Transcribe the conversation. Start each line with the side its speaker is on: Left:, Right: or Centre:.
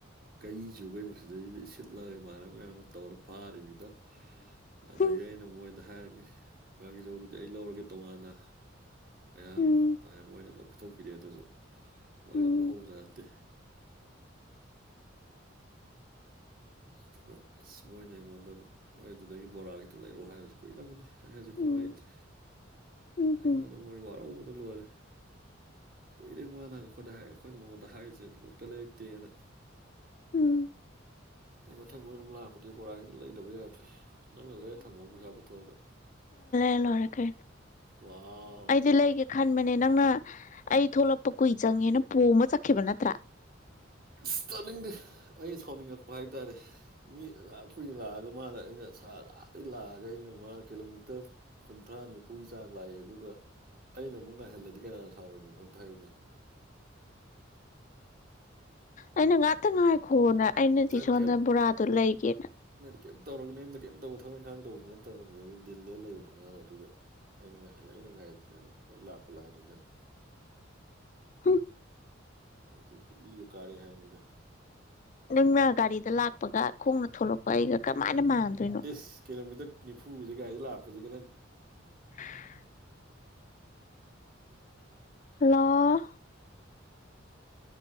Right: ꯀꯩꯏ ꯆꯨꯒꯩ ꯃꯁꯤꯗꯩꯖꯤꯗ ꯏꯁꯤꯠꯂꯒ ꯏꯃꯥꯟꯅ ꯃꯌꯥꯝꯒ ꯇꯧꯔ ꯐꯥꯔꯤꯃꯤꯗꯣ ꯑꯗꯒꯤ
Left: ꯍꯨꯝ
Right: ꯑꯩꯅ ꯃꯣꯏꯗ ꯍꯥꯏꯔꯤꯃꯤ ꯉꯥꯒꯤꯖꯧꯗꯨꯗꯤ ꯑꯩ ꯂꯧꯔꯒꯦ ꯇꯣꯉꯥꯟꯅ ꯃꯌꯥꯝ
Left: ꯎꯝ
Right: ꯃꯌꯥꯝ ꯃꯣꯏꯅ ꯂꯣꯏ ꯄꯤꯊꯣꯛꯄꯤꯔꯛꯑꯦ ꯑꯗꯨꯖꯨ ꯃꯣꯏꯒ
Left: ꯎꯝ
Right: ꯑꯃ ꯂꯧꯍꯧꯕꯖꯥꯠ ꯅꯠꯇꯦ ꯑꯗꯨꯒ ꯑꯁ ꯃꯣꯏꯅ ꯑꯩꯉꯣꯟꯗ ꯅꯣꯏ ꯑꯗꯨꯗꯒꯤ ꯕꯣꯔꯥꯈꯤꯇ ꯂꯩꯔꯛꯑꯣ ꯍꯥꯏꯕꯖꯨ ꯀꯨꯏꯔꯕꯅꯤ ꯑꯩ ꯍꯧꯖꯤꯛꯐꯥꯎ
Left: ꯎꯝ
Right: ꯂꯩꯗ꯭ꯔꯤ
Left: ꯎꯝ
Right: ꯑꯩꯉꯣꯟꯗ
Left: ꯎꯝ
Right: ꯃꯣꯏ ꯋꯥꯔꯧꯕꯅ ꯂꯣꯏꯔꯦ ꯀꯨꯏꯔꯦ ꯃꯣꯏ ꯅꯍ ꯑꯩꯈꯣꯏꯅ ꯍꯥꯏ ꯑꯩꯈꯣꯏꯅ ꯃꯉꯣꯟꯗ ꯍꯥꯏꯔꯤꯁꯦ ꯀꯇ ꯂꯩꯔꯛꯇꯦꯅ
Left: ꯎꯝ
Right: ꯑꯩ ꯃꯊꯪ ꯃꯔꯣꯟ ꯑꯃꯨꯛ ꯂꯥꯛꯄꯗꯗꯤ ꯕꯣꯔꯥꯁꯤꯗ ꯂꯩꯇꯕ ꯌꯥꯗ꯭ꯔꯦ ꯅꯪꯅ ꯂꯩꯔ ꯊꯝꯃꯣ ꯄꯩꯁꯥ ꯄꯨꯊꯣꯛꯑꯒ
Left: ꯂꯣꯏꯔꯈꯦ
Right: ꯋꯥꯎ
Left: ꯑꯩꯗꯤ ꯂꯩꯒꯦ ꯈꯟꯕꯅꯦ ꯅꯪꯅ ꯑꯩ ꯊꯣꯛꯂꯛꯄ ꯀꯨꯏ ꯆꯪꯉꯦꯅ ꯄꯣꯃ ꯆꯠꯈꯤꯕ ꯅꯠꯇ꯭ꯔꯥ
Right: ꯏꯁꯇꯥꯔꯅꯤꯡꯗ ꯑꯩꯅ ꯁꯥꯎꯅꯤꯡꯉꯛꯄ ꯍꯥꯏꯇꯥꯔꯦ ꯃꯤ ꯌꯥꯝ ꯀꯨꯏꯅ ꯂꯥꯛꯑꯒ ꯃꯥꯅ ꯑꯩꯅꯔ ꯂꯥꯛꯩ ꯂꯥꯛꯑꯒ ꯑꯩꯅ ꯃꯥꯅ ꯀꯤꯂꯣꯃꯤꯇꯔ ꯀꯨꯟꯊ꯭ꯔꯥ ꯅꯤꯐꯨꯒꯤ ꯆꯥꯡ ꯂꯥꯛꯑꯦ ꯑꯗꯨꯒ ꯑꯩꯅ ꯑꯃꯨꯛ ꯉꯥꯏꯍꯜꯂꯗꯤ ꯀꯅꯥꯅ ꯁꯥꯎꯔꯗꯅꯣ ꯑꯝꯇ ꯍꯥꯏꯌꯨꯅꯦ
Left: ꯑꯩꯅ ꯉꯥꯛꯇ ꯉꯥꯏꯈꯣꯅ ꯑꯩꯅꯗꯤ
Right: ꯅꯪꯅ
Left: ꯁꯣꯝꯗꯅ ꯕꯣꯔꯥꯗꯣ ꯂꯩꯒꯦꯅ
Right: ꯀꯩꯝꯇ ꯇꯧꯔꯒ ꯅ ꯑꯦꯝꯗ ꯀꯩꯝ ꯇꯧꯕ ꯊꯕꯛ ꯏꯪꯈꯥꯡ ꯇꯧꯕꯁꯤ ꯅꯠꯇꯕꯅꯤꯗꯗꯤ ꯗꯤꯜꯂꯦ ꯂꯩꯕꯗ꯭ꯔꯣ ꯃꯥꯅ ꯑꯗꯨꯒ ꯑꯩꯅ ꯉꯥꯏꯍꯜꯂ ꯑꯩꯅ ꯉꯥꯏꯕꯅꯤ ꯑꯗꯨꯝ ꯑꯩ ꯂꯥꯞꯄꯨ ꯂꯥꯛꯑꯅꯤ ꯅꯪ
Left: ꯎ
Right: ꯑꯗꯤ ꯏꯒ ꯀꯥꯔꯛꯑꯦ ꯍꯥꯏꯕꯅꯤꯗ
Left: ꯅꯪꯅ ꯒꯥꯔꯤꯗ ꯂꯥꯛꯄꯒ ꯈꯣꯡꯅ ꯊꯣꯂꯛꯄ ꯑꯩꯒ ꯀꯃꯥꯏꯅ ꯃꯥꯟꯗꯣꯏꯅꯣ
Right: ꯏꯁ ꯀꯤꯂꯣꯃꯤꯇꯔ ꯅꯤꯐꯨꯁꯤ ꯒꯔꯤꯗ ꯂꯥꯛꯄꯁꯤꯒ ꯅꯪ
Left: <inaudible> ꯍꯂꯣ